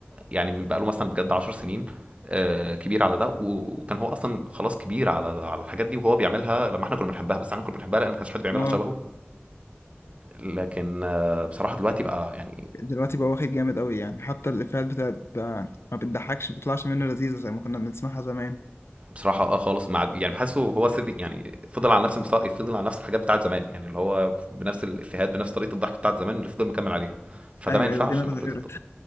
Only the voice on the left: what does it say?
اه
دلوقتي بقى واخد جامد قوي يعني حتى الافيهات بتاعت بقى ما بتضحكش ما بتطلعش منه لذيذة زي ما كنا بنسمعها زمان
ايوه
ايوه دينا اتغيرت